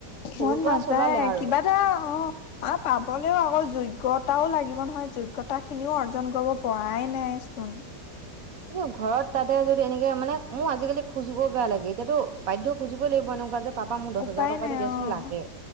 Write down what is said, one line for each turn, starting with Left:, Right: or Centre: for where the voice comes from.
Right: সৰুৰ
Left: মন
Right: পৰা
Left: নাযায়
Right: চলালে আৰু
Left: কিবা এটা অ' পাবলৈ হ'লেও আকৌ যোগ্যতাও লাগিব। যেন হয় যোগ্যতাখিনিও অৰ্জন কৰিব পৰা নাই চোন।
Right: এইটো ঘৰত। তাতে, যদি এনেকৈ হয়, মানে মোৰ আজিকালি খুজিবলৈও বেয়া লাগে। এতিয়া তো বাধ্য হৈ খুজিবই লাগিব, এনেকুৱাই যে পাপা, মোক দহ
Left: উপায়
Right: হাজাৰ টকা
Left: নাই
Right: দি দিয়াচোন,
Left: অ',
Right: লাগে।